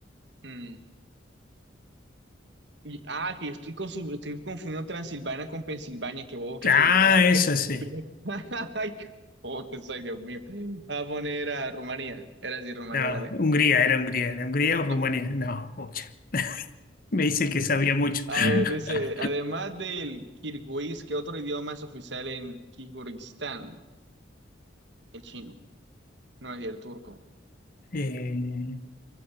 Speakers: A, on the right; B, on the left.
A: Mm. Y, ah, que estoy, consu- estoy confundiendo Transilvania con Pensilvania, qué bobo que
B: Ah,
A: soy, espera.
B: eso
A: <laughs>
B: sí.
A: <laughs> Ay, ¿cómo que soy, Dios mío? A poner a Rumanía. Era así, Rumanía,
B: No,
A: dale.
B: Hungría, era Hungría, era Hungría o
A: No.
B: Rumanía, no, pucha. Me dice que sabía mucho.
A: A
B: <laughs>
A: ver, dice, además del kirguís, ¿qué otro idioma es oficial en Kirguistán? El chino, no es el turco.
B: Eh,